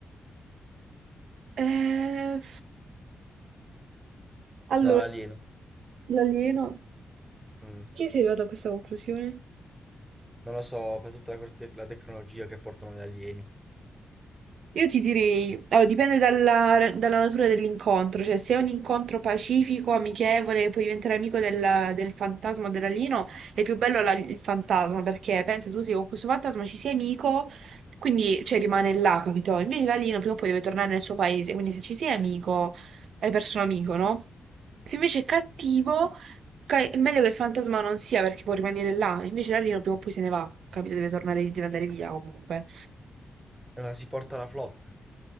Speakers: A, on the right; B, in the centre.
A: Eh, Allora,
B: No, l'alieno.
A: l'alieno...
B: Mm.
A: Perché sei arrivato a questa conclusione?
B: Non lo so, per tutta la, corte- la tecnologia che portano gli alieni.
A: Io ti direi, allora, dipende dalla, dalla natura dell'incontro, cioè se è un incontro pacifico, amichevole, puoi diventare amico del, del fantasma o dell'alieno, è più bello la- il fantasma perché pensa tu sì, con questo fantasma ci sei amico, quindi cioè, rimane là, capito? Invece l'alieno prima o poi deve tornare nel suo paese, quindi se ci sei amico, hai perso un amico, no? Se invece è cattivo, ca- è meglio che il fantasma non sia perché può rimanere là, invece l'alieno prima o poi se ne va, capito? Deve tornare, deve andare via comunque.
B: Allora si porta la flotta,